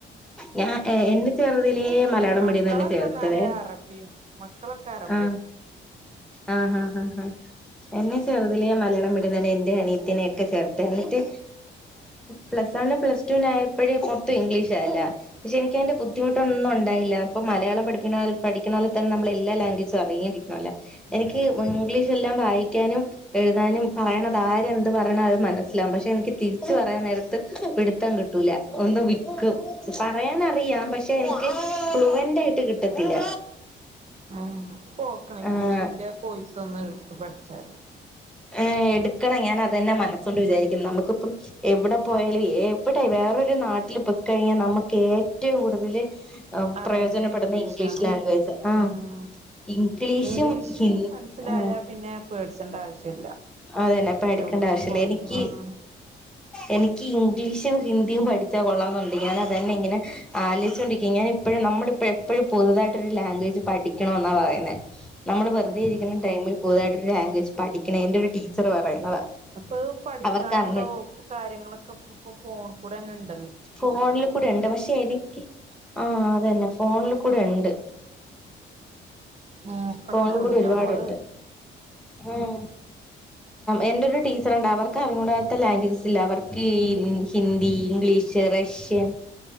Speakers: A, in the centre; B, on the right (about 35°).
A: ഞാൻ എ എന്നെ ചെറുതിലെ മലയാളം
B: മക്കളൊക്കെ
A: മീഡിയം തന്നെ ചേർത്തതേ
B: എന്നാല് അറബിയും മക്കളൊക്കെ അറബിയാ
A: ആ
B: എടുത്തത്
A: ആ ഹാ ഹാ ആ എന്നെ ചെറുതിലേ മലയാളം മീഡിയം തന്നെ എന്റെ അനീത്തിനൊക്കെ ചേർത്തെ എന്നിട്ട് പ്ലസ് വൺ, പ്ലസ്റ്റുല അപ്പോഴ് മൊത്തം ഇംഗ്ലീഷാ എല്ലാം, പക്ഷെ എനിക്കതിന്റെ ബുദ്ധിമുട്ടൊന്നും ഉണ്ടാകയില്ല. അപ്പൊ മലയാളം പഠിക്ക പഠിക്ക നമ്മള് എല്ലാ ലാംഗ്വേജും അറിഞ്ഞിരിക്കണല്ലോ. എനിക്ക് ഇംഗ്ലീഷ് എല്ലാം വായിക്കാനും എഴുതാനും പറയണത് ആര്എന്ത് പറയണ അത് മനസ്സിലാകും, പക്ഷെ എനിക്ക് തിരിച്ചു പറയാൻ നേരത്ത് പിടുത്തം കിട്ടൂല. ഒന്ന് വിക്കും പറയാനറിയാം പക്ഷെ എനിക്ക് ഫ്ലുവന്റ് ആയിട്ട് കിട്ടത്തില്ല.
B: ആ സ്പോക്കൺ ഇംഗ്ലീഷിന്റെ
A: ആഹ്
B: ആ കോഴ്സൊന്ന് ഇട്ത്ത് പഠിച്ചാൽ മതി
A: ഏ എടുക്കണം ഞാൻ അതന്നെ മനസ്സൊണ്ട് വിചാരിക്കുന്നു. നമുക്കിപ്പം എവിടെ പോയാലും എവിടെ വേറൊരു നാട് ട്ടിൽ പൊക്കഴിഞ്ഞാൽ നമുക്ക് ഏറ്റവും കൂടുതൽ
B: അറിയണ്ടേ
A: പ്രയോജനപ്പെടുന്നത്
B: ഇംഗ്ലീഷാണ്
A: ഇംഗ്ലീഷ് ലാംഗ്വേജാ ആ.
B: ഉം
A: ഇംഗ്ലീഷും
B: ഇംഗ്ലീഷ്
A: ഹിന്ദ്
B: മനസ്സിലായാ
A: ആ
B: പിന്നെ പേടിച്ചണ്ട ആവശ്യല്ല
A: അതന്നെ പേടിക്കണ്ട
B: എവിടക്ക്
A: ആവശ്യല്ല
B: പോവാൻ
A: എനിക്ക്
B: ആഹ്
A: എനിക്ക് ഇംഗ്ലീഷും ഹിന്ദിയും പഠിച്ചാ കൊള്ളാന്നുണ്ട്. ഞാൻ അതന്നെ ഇങ്ങനെ ആലോചിച്ചോണ്ടിരിക്ക ഞാൻ എപ്പോഴും നമ്മളപ്പോ എപ്പോഴും പുതുതായിട്ടൊരു ലാംഗ്വേജ് പഠിക്കണം എന്നാപറയുന്നേ. നമ്മൾ വെറുതെ
B: ആഹ്
A: ഇരിക്കുന്ന ടൈ പുതുതായിട്ടൊരു ലാംഗ്വേജ് പഠിക്കണം, എന്റെ ഒരു ടീച്ചർ പറയുന്നതാ
B: ഇപ്പൊ പഠിക്കാനുള്ള
A: അവർക്കാണെങ്കിൽ
B: കാര്യങ്ങളൊക്കെ ഇപ്പ ഫോൺ കൂടെന്നെണ്ട്.
A: ഫോണിൽകൂടെയിണ്ട്, പക്ഷെ എനിക്ക് ആ അതന്നെ ഫോണിൽ കൂടെ ഉണ്ട്.
B: നോക്കണംന്നള്ളു
A: ഫോണികൂടി ഒരുപാടുണ്ട്
B: ഞമ്മള്
A: ഉം. എന്റെ ഒരു ടീച്ചറുണ്ട്, അവർക്ക് അറിഞൂടാത്ത ലാംഗ്വേജസ് ഇല്ല. അവർക്ക് ഹിന്ദി, ഇംഗ്ലീഷ് റഷ്യൻ